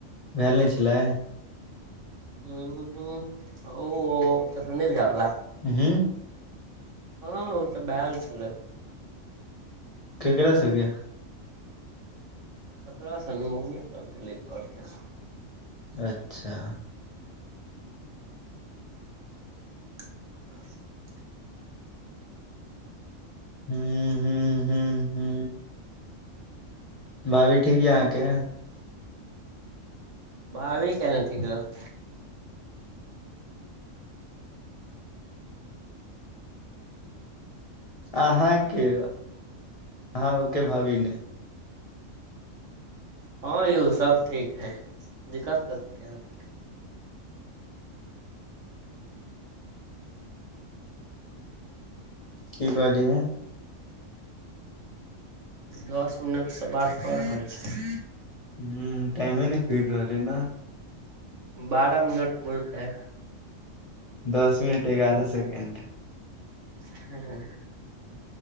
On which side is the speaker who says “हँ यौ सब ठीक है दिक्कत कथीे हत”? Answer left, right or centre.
Right